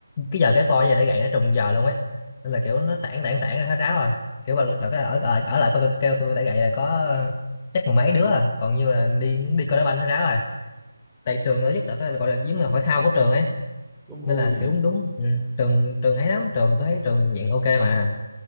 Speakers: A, on the left (about 25°); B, in the centre.
A: cái giờ kéo co với giờ đá gậy nó trùng giờ luôn ấy. Nên là kiểu nó tản
B: <laughs>
A: tản tản ra hết ráo à. Kiểu mà đợt đó ở, ở, ở lại coi tôi kêu tôi đá gậy là có ờ, chắc mười mấy đứa à. Còn như là đi đi coi đá banh hết ráo rồi tại trường nó rất đợt là cái gọi là giống là hội thao của trường ấy
B: cũng
A: nên
B: vui
A: là
B: nhỉ
A: kiểu đúng đúng ừ. trường trường ấy lắm trường tôi thấy trường diện ok mà